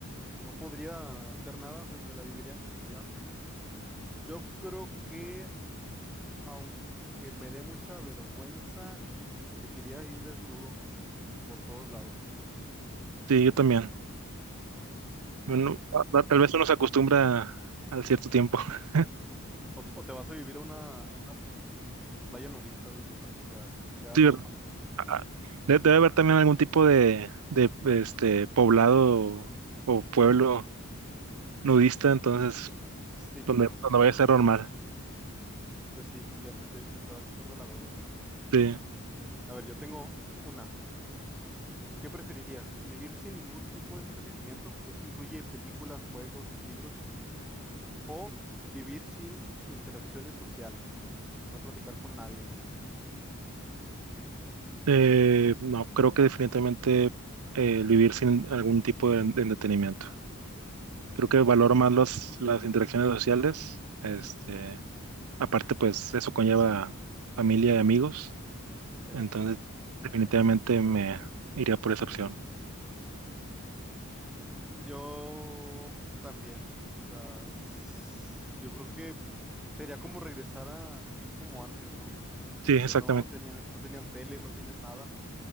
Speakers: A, in the centre; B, on the right.
A: no podría hacer nada, o sea, me la viviría en prisión. Yo creo que, aunque me dé mucha vergüenza, elegiría ir desnudo por todos lados.
B: Sí, yo también. Bueno, a- tal vez uno se acostumbra al cierto tiempo. <laughs>
A: O, te o te vas a vivir a una, a una playa nudista, algo así, para que sea, sea
B: Sí,
A: normal.
B: ¿verdad?
A: <laughs>
B: Ah, ah, de- debe haber también algún tipo de, de este, poblado o pueblo nudista, entonces,
A: Sí,
B: donde, donde vaya a ser normal.
A: pues sí, ya se te, se te va quitando la vergüenza.
B: Sí,
A: A ver, yo tengo una. ¿Qué preferirías? ¿Vivir sin ningún tipo de entretenimiento? Esto incluye películas, juegos, libros. O vivir sin interacciones sociales. No platicar con nadie nunca.
B: eh, no, creo que definitivamente eh, el vivir sin algún tipo de, de entretenimiento. Creo que valoro más los, las interacciones sociales. Este, aparte, pues eso conlleva familia y amigos.
A: Eso
B: Entonces,
A: sí.
B: definitivamente me iría por esa opción.
A: Yo mm, también. O sea, s- yo creo que sería como regresar a vivir como antes, ¿no?
B: Sí, exactamente.
A: Que no tenía, no tenían tele, no tenían nada.